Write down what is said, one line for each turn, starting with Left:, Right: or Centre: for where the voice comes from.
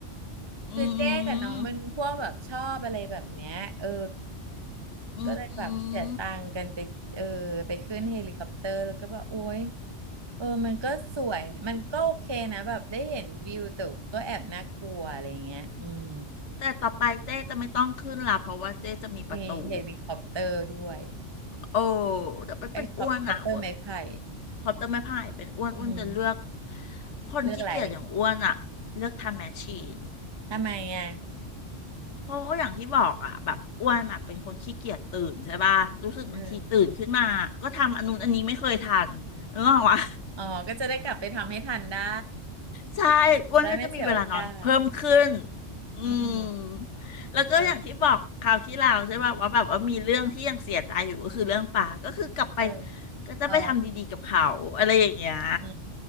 Left: อื
Right: คือเจ๊กับน้องมันพวกแบบชอบอะไรแบบเนี้ยเออ
Left: มอืมอืม
Right: ก็เลยแบบเสียตังค์กันไป เออ ไปขึ้นเฮลิคอปเตอร์แล้วก็แบบโอ๊ยเออ มันก็สวย มันก็โอเคนะแบบได้เห็นวิวแต่ก็แอบน่ากลัวอะไรเงี้ยอืม
Left: แต่ต่อไปเจ๊จะไม่ต้องขึ้นละเพราะว่าเจ๊จะมีประตู
Right: มีเฮลิคอปเตอร์ด้วย
Left: โอ้แต่ไปเป็นอ้วนอ่ะอ้วน
Right: ไอ้คอปคอปเตอร์ไม้ไผ่
Left: ขอบจะไม่พ่ายเป็นอ้วนอ้วนจะเลือก
Right: อืม
Left: คนขี้เกียจอย่างอ้วนอ่ะเลือกทำแมชชีน
Right: เลือกอะไร ทำไมอ่ะ
Left: เพราะว่าอย่างที่บอกอ่ะแบบอ้วนอ่ะเป็นคนขี้เกียจตื่นใช่ป่ะรู้สึกบางทีตื่นขึ้นมาก็ทำอันนู้นอันนี้ไม่เคยทันนึกออกวะ
Right: อืมอ๋อ ก็จะได้กลับไปทำให้ทันได้
Left: ใช่อ้วนก็จะมีเวลานอนเพิ่มขึ้น
Right: จะได้ไม่เสียโอกาส
Left: อืม
Right: อืม
Left: แล้วก็อย่างที่บอกคราวที่แล้วใช่ป่ะว่าแบบว่ามีเรื่องที่ยังเสียใจอยู่ก็คือเรื่องป่าก็คือกลับไป
Right: เออเออ
Left: ก็จะไปทำดีๆกับเขาอะไรอย่างเงี้ย
Right: อ๋ออื